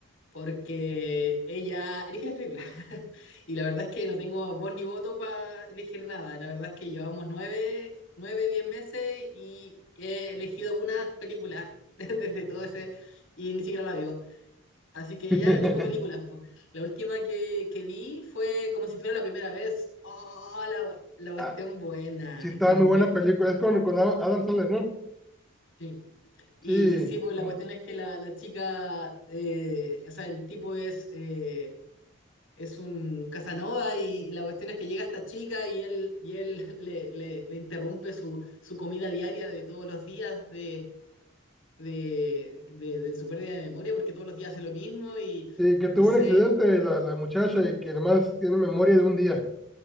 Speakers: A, on the left; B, in the centre.
A: porque ella elige las películas. <laughs> Y la verdad es que no tengo voz ni voto para elegir nada. La verdad es que llevamos nueve, nueve, diez meses y he elegido una película <laughs> desde todo ese, y ni siquiera la vio. Así que
B: <laughs>
A: ya no elijo películas. po. La última que, que vi fue como si fuera la primera vez. ¡Oh, la, gua- la cuestión
B: <laughs>
A: buena!
B: sí estaba
A: Es
B: muy
A: muy...
B: buena película. Es con, con Adam Adam Sandler, ¿no?
A: Sí. Y
B: Sí,
A: sí, pues la
B: mm,
A: cuestión es que la, la chica, eh, o sea, el tipo es, eh, es un Casanova y la cuestión es que llega esta chica y él, y él <laughs> le, le, le interrumpe su, su comida diaria de todos los días de, de, de, de su pérdida de memoria porque todos los días hace lo mismo y
B: sí, que
A: no
B: tuvo
A: sé,
B: un accidente la, la muchacha y que además tiene memoria de un día.